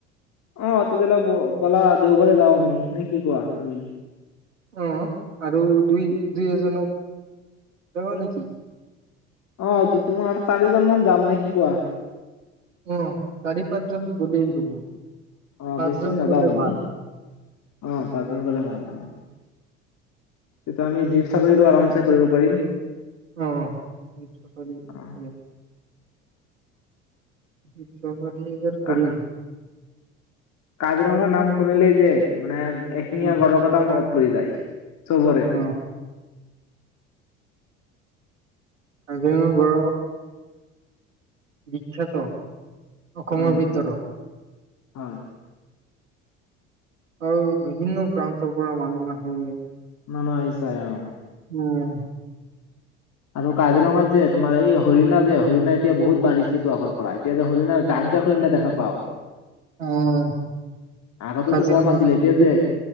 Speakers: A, on the left (about 50°); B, on the right (about 80°).
A: অ' তেতিয়া হ'লে ব'লা দেওবাৰে যাওঁ আমি, নে কি কোৱা তুমি?
B: অ' আৰু দুই, দুই এজনক, যাবা নেকি?
A: অ' তো তোমাৰ চাৰিজন মান যাম নে কি কোৱা?
B: অ' চাৰি পাঁচজন গ'লেই হ'ব,
A: অ
B: পাঁচজন
A: বেছি নাযাওঁ
B: গ'লে
A: আমি
B: ভাল।
A: অ' পাঁচজন গ'লে ভাল। অ' তেতিয়া আমি জীপ চাফাৰীটো আৰামচে কৰিব পাৰিম।
B: অ', জীপ চাফাৰী
A: অ
B: কৰিম। জীপ চাফাৰী এইবাৰ
A: কা
B: কৰিম।
A: কাজিৰঙাৰ নাম শুনিলেই যে, মানে এশিঙীয়া
B: উম
A: গড়ৰ কথা মনত পৰি যায় চবৰে।
B: অ কাজিৰঙাৰ গঁড় বিখ্যাত, অসমৰ
A: অ
B: ভিতৰত।
A: হয়।
B: আৰু বিভিন্ন প্ৰান্তৰ পৰা মানুহ আহে।
A: মানুহ আহি চাই অ'।
B: উম।
A: আৰু কাজিৰঙাত যে, তোমাৰ এই হৰিণা যে, হৰিণা এতিয়া বহুত বাহিছে তো আগৰ পৰাই, এতিয়া যে হৰিণা জাক জাক হৰিণা দেখা পাওঁ।
B: অ',
A: আগতেতো
B: কাজিৰঙাত।
A: কম আছিলে এতিয়া যে